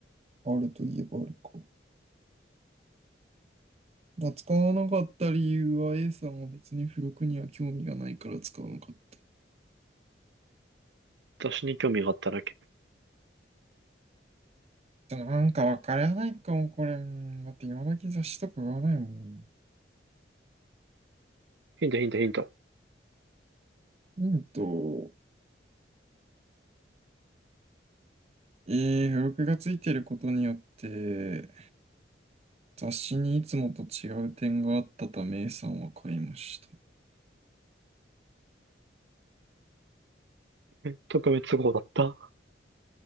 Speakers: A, on the right; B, on the right.
A: あ、あるといえばあるか。まあ、使わなかった理由は A さんは別に付録には興味がないから使わなかった。
B: 雑誌に興味があっただけ。
A: じゃあ、なんかわからないかも、これ。うんだって今だけ雑誌とか買わないもん。
B: ヒントヒントヒント。
A: ヒント、えー、付録がついてることによって、雑誌にいつもと違う点があったため A さんは買いました。
B: え、特別号だった